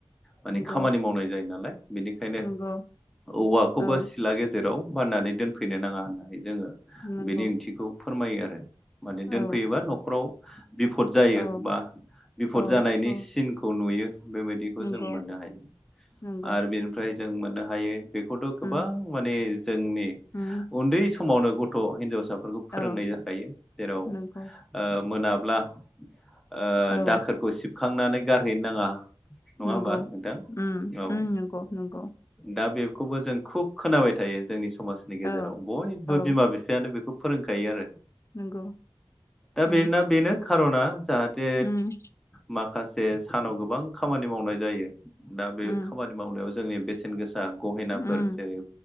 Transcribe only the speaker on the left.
नंगौ
नंगौ
औ
नंगौ
औ
औ
औ
औ
नंगौ
नंगौ
उम
उम।
औ
नंगौ
औ
नंगौ
उम
उम नंगौ नंगौ
औ
औ
नोंगौ
उम।
उम
उम
उम